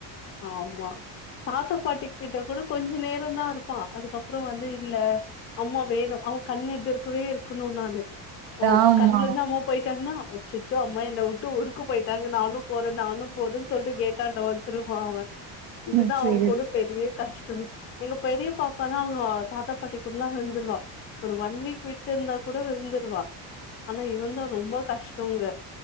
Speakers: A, on the left; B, on the right.
A: ஆமா தாத்தா பாட்டி கிட்ட கூட கொஞ்ச நேரந்தா இருப்பா அதுக்கப்புற வந்து இல்ல அம்மா வேணு அவ கண்னெதிர்க்கவே இருக்கணு நானு ஓ
B: ஆமா.
A: கண்ணல இருந்து அம்மா போயிட்டாங்கனா அச்சச்சோ அம்மா என்ன விட்டு ஊருக்கு போயிட்டாங்க நானு போறே நானு போதுன்னு சொல்லிட்டு கேட்டான்ட வந்துரும் <unintelligible> இதுதா
B: ம். சரி.
A: அவங்க கூட பெரிய கஷ்டம் எங்க பெரிய பாப்பா தான் அவங்க தாத்தா பாட்டிக்குடல்லா இருந்துடுவா ஒரு ஒன் வீக் விட்டுருந்தா கூட இருந்துடுவா ஆனா இவ தா ரொம்ப கஷ் சொங்க